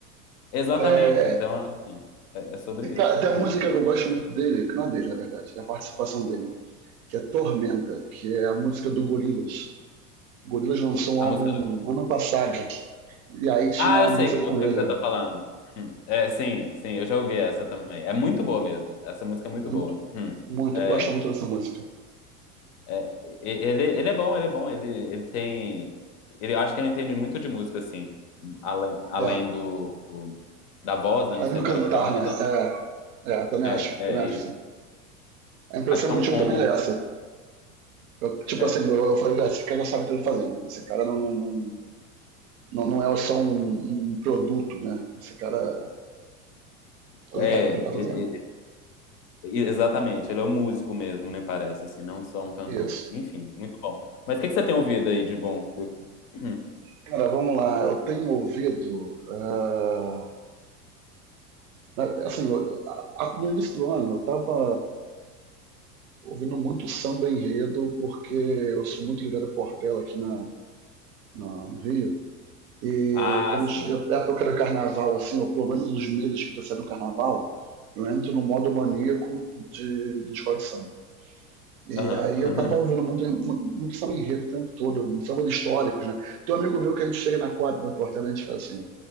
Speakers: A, on the left; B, on the right.
A: Exatamente.
B: É,
A: Então, acho que é, é sobre
B: cara,
A: isso.
B: tem a
A: Hum.
B: música que eu gosto muito dele, que não é dele, na verdade, é a participação dele que é Tormenta, que é a música do Gorillaz. O Gorillaz lançou um
A: A
B: álbum
A: música.
B: ano passado, e aí tinha
A: Ah,
B: uma
A: eu sei
B: música
A: que música
B: com ele.
A: que você tá falando. Hum. É, sim, sim, eu já ouvi essa também. É muito boa mesmo. Essa música é
B: Muito,
A: muito boa. Hum.
B: muito,
A: É,
B: eu gosto muito dessa música.
A: é, e- ele, ele é bom, ele é bom. Ele, ele tem. Ele, eu acho que ele entende muito de música, assim. Além, além
B: É,
A: do, da voz, né? Não
B: aí
A: ser
B: no
A: maravilhosa.
B: cantar, né? É, é também
A: É,
B: acho,
A: é,
B: também acho
A: e
B: sim. A impressão
A: acho que é
B: que
A: um
B: eu tive
A: combo.
B: também é essa. Eu, tipo
A: É,
B: assim, eu, eu falei, ah, esse cara sabe o que ele tá fazendo. Esse cara não, não, não, não, não é só um, um, produto, né? Esse cara tá
A: é,
B: ligado no que ele tá
A: E-
B: fazendo.
A: e- Exatamente, ele é um músico mesmo, né? Parece assim, não só um cantor.
B: Isso.
A: Enfim, muito bom. Mas o que que você tem ouvido aí de bom? <clears throat>
B: Cara, vamos lá. Eu tenho ouvido. Uh... Na- Assim, eu- a- no início do ano eu estava ouvindo muito samba enredo, porque eu sou muito ligado a Portela aqui na, na- no Rio. E
A: Ah,
B: quando
A: sim.
B: chega a época do carnaval, assim, ou pelo menos os meses que precedem o carnaval, eu entro no modo maníaco de, de escola de samba. E
A: Aham.
B: aí
A: <laughs>
B: eu tava ouvindo muito, muito, samba enredo o tempo todo, um samba de históricos, né? Tem um amigo meu que a gente chega na quadra da Portela e a gente fala assim,